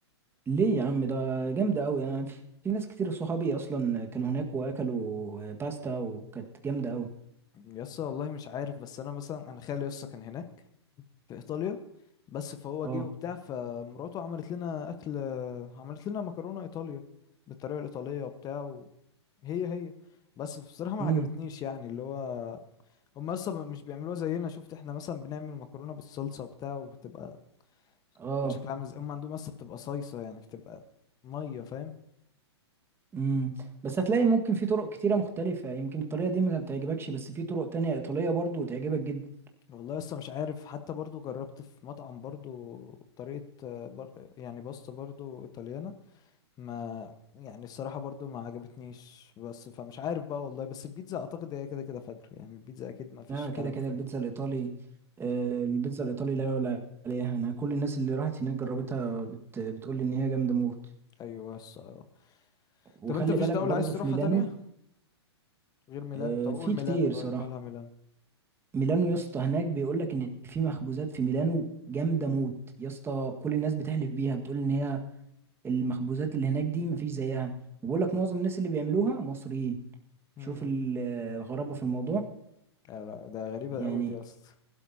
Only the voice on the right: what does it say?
ليه يا عم ده جامده قوي انا في في ناس كتير صحابي اصلا كانوا هناك واكلوا آه، باستا وكانت جامده قوي
اه
امم
اه
امم بس هتلاقي ممكن في طرق كتيرة مختلفة يمكن الطريقة دي ما تعجبكش بس في طرق تانية إيطالية برضو تعجبك جدا
لا
كده كده
البيتزا الإيطالي آه، البيتزا الإيطالي لا يعلى عليها أنا كل الناس اللي راحت هناك جربتها بت... بتقول لي إن هي جامدة موت
وخلي
بالك
برضو
في ميلانو
آه،
في
كتير
صراحة
ميلانو يا اسطى هناك بيقول لك إن في مخبوزات في ميلانو جامدة موت يا اسطى كل الناس بتحلف بيها بتقول إن هي المخبوزات اللي هناك دي مفيش زيها وبقول لك معظم الناس اللي بيعملوها مصريين
شوف ال- الغرابة في الموضوع
يعني